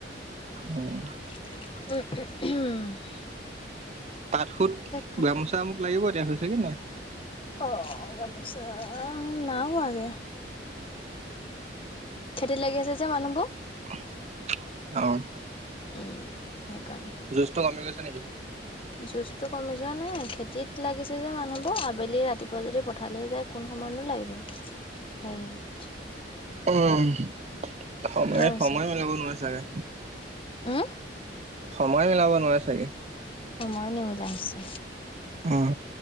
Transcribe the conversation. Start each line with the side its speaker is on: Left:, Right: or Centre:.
Right: উম।
Left: উম, উম, উম।
Right: তাঁত-সুত,
Left: কাম
Right: গামোচা মোক লাগিব এতিয়া, হৈছেগে নাই?
Left: অ' অ'! গামোচা নাই হোৱাগে। খেতিত লাগি আছে, যে মানুহবোৰ।
Right: <unintelligible> অ'!
Left: উম, সেইকাৰণে।
Right: জোচটো কমি গৈছে নেকি?
Left: জোচটো কমি যোৱা নাই, খেতিত লাগিছে যে মানুহবোৰ, আবেলি-ৰাতিপুৱা যদি, পথাৰলে যায়। কোনো সময়তনো লাগিব, সেইয়াত।
Right: উম, সময়-সময়
Left: হৈছে।
Right: মিলাব নোৱাৰে চাগে।
Left: উম!
Right: সময় মিলাব নোৱাৰে চাগে।
Left: সময় নিমিলা হৈছে।
Right: উম!